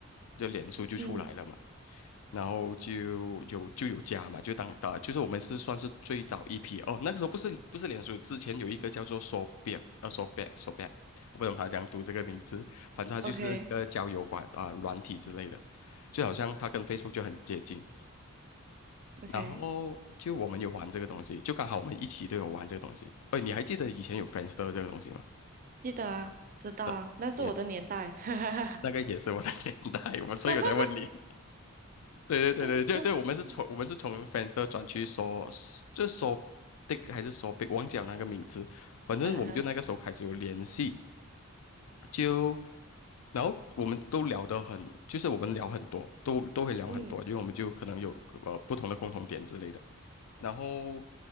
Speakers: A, on the left; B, on the right.
A: 就脸书就出来了嘛，
B: 嗯
A: 然后就有就有加嘛，就当啊、呃就是我们是算是最早一批哦，那个时候不是不是脸书，之前有一个叫做 Sobek 呃 Sobek Sobek，我不懂他怎样读这个名字，反正他就是一个交友馆啊、
B: ，OK
A: 软体之类的，就好像它跟 Facebook 就很接近，
B: OK，
A: 然后就我们有玩这个东西，就刚好我们一起都有玩这个东西。哎，你还记得以前有 f r i e n d s t 这个东西吗？
B: 记得啊，知道啊，
A: 对，
B: 那是我的年代。
A: 也
B: <laughs> 哈
A: 那个也是我的 <laughs> 年代，我所以我在问你。
B: 哈哈
A: 对对对对对对，
B: 哈
A: 我们是从我们是从
B: 哈
A: f r i e n d s t 转去说，就说 Dick 还是说 Big，忘记了那个名字。反正我们就那个时候开始有联系，
B: 嗯哼，
A: 就然后我们都聊得很，就是我们聊很多，都都会聊很多，
B: 嗯
A: 因为我们就可能有呃不同的共同点之类的。然后，